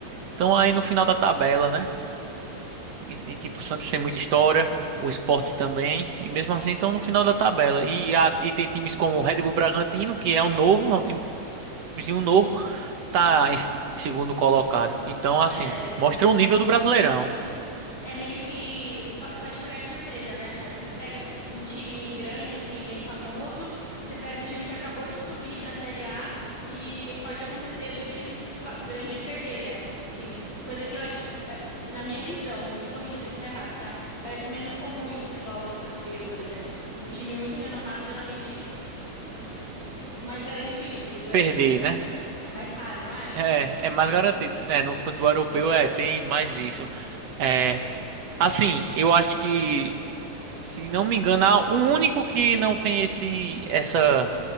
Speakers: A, on the right (about 60°); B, on the left (about 40°).
A: estão aí no final da tabela, né? E, e, tipo, o Santos tem muita história, o Sport também, e mesmo assim estão no final da tabela. E, a- e tem times como o Red Bull Bragantino, que é um novo, é um timezinho novo, tá em segundo colocado. Então, assim,
B: é,
A: mostra
B: exatamente.
A: o nível do Brasileirão.
B: É meio que po- pode pegar de surpresa, né? Às vezes você pega um time grande, assim, bem famoso, e você pega um time que acabou de subir para a Série A e pode acontecer do time fa- grande perder, né? Assim, coisa que eu acho que, é, na minha visão, me corrija se eu estiver errado, tá? Parece menos comum em futebol, tipo, europeu, por exemplo. Um time muito renomado, geralmente, mais garantido que ele ganha
A: Perder,
B: ali, né?
A: né?
B: É mais raro, não é?
A: É, é mais garantido. É, no futebol europeu é, tem mais isso. É, Assim, eu acho que, se não me engano, ah, o único que não tem esse essa